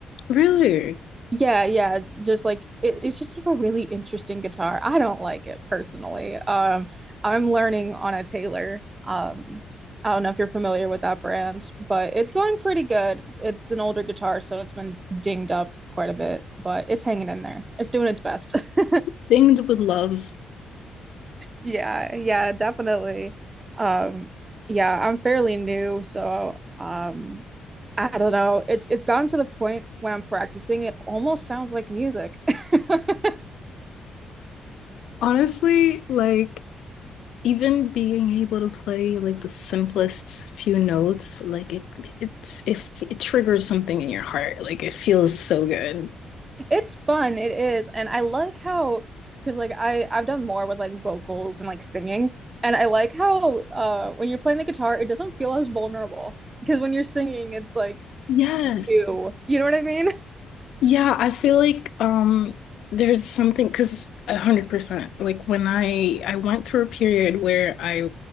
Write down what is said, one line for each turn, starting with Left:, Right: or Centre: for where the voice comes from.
Left: Really?
Right: Yeah, yeah, just like it, it's just like a really interesting guitar. I don't like it personally. Um, I'm learning on a Taylor. Um, I don't know if you're familiar with that brand, but it's going pretty good. It's an older guitar, so it's been dinged up quite a bit, but it's hanging in there. It's doing its best. <laughs>
Left: Things with love.
Right: Yeah, yeah, definitely. Um, yeah, I'm fairly new, so um, I don't know. It's it's gotten to the point when I'm practicing, it almost sounds like music. <laughs>
Left: Honestly, like even being able to play like the simplest few notes, like it it's if it, it triggers something in your heart, like it feels so good.
Right: It's fun, it is. And I like how, because like I I've done more with like vocals and like singing, and I like how uh when you're playing the guitar, it doesn't feel as vulnerable. Because when you're singing, it's like
Left: Yes.
Right: you. You know what I mean? <laughs>
Left: Yeah, I feel like um there's something because 100% like when I I went through a period where I